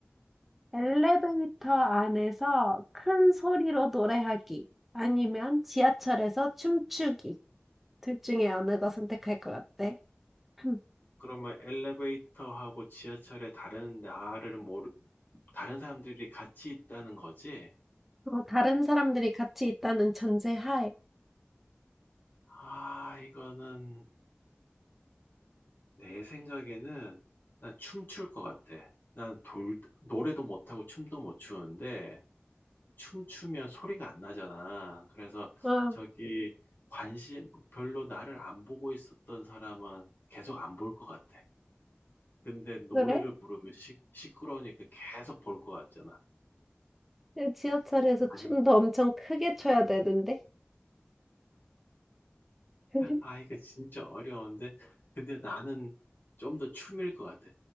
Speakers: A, in the centre; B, on the left (about 55°).
A: 엘리베이터 안에서 큰 소리로 노래하기 아니면 지하철에서 춤추기 둘 중에 어느 거 선택할 것 같아? <laughs>
B: 그러면 엘리베이터하고 지하철에 다른 나를 모르, 다른 사람들이 같이 있다는 거지?
A: 어, 다른 사람들이 같이 있다는 전제하에.
B: 아, 이거는 내 생각에는 난 춤출 것 같아. 난 돌, 노래도 못하고 춤도 못 추는데 춤추면 소리가 안 나잖아. 그래서
A: 아,
B: 저기 관심 별로 나를 안 보고 있었던 사람은 계속 안 볼 것 같아. 근데 노래를
A: 그래?
B: 부르면 시, 시끄러우니까 계속 볼 것 같잖아.
A: 지하철에서
B: 아니,
A: 춤도 엄청 크게 춰야 되는데? <laughs>
B: 아, 이거 진짜 어려운데. 근데 나는 좀 더 춤일 것 같아.